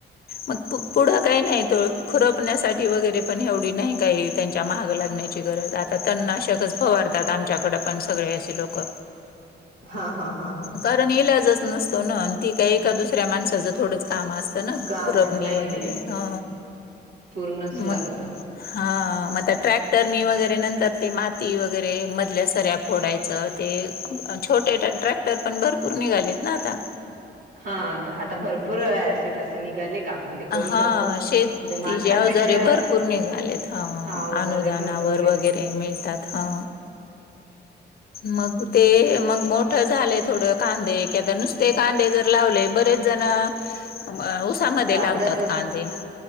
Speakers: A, on the left; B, on the right.
A: मग पु पुढ काय नाहीत खुरपण्यासाठी वगैरे पण एवढी नाही काही त्यांच्या माग लागण्याची गरज आता तननाशकच फवारतात आमच्याकड पण सगळे असे लोक
B: हा हा हा हा!
A: कारण इलाजच नसतो ना ते काही एका दुसऱ्या माणसाचं थोडंच काम असत ना
B: काम
A: खुरपनी
B: नाही
A: वगैरे
B: नाही
A: आ
B: पूर्णच लागत
A: मग हा मग आ ट्रॅक्टरनी वगैरे नंतर ते माती वगैरे मधल्या सऱ्या फोडायच ते छोटे ट्रॅक्टर पण भरपूर निघालेत ना आता
B: हा आता आता भरपूर ऍसिड असे निघाले का. आपण ते करू
A: हा
B: शकतो म्हणजे
A: शेतीचे
B: माणसांपेक्षा
A: अवजारे भरपूर निघालेत हा
B: अवजारे
A: अनुदानावर
B: भरपूर आहे
A: वगैरे ते मिळतात हा! मग ते मग मोठ झालय थोड कांदे क नुसते कांदे जर लावले बरेच जण अ ऊसामध्ये
B: कांद्याच
A: लावले कांदे,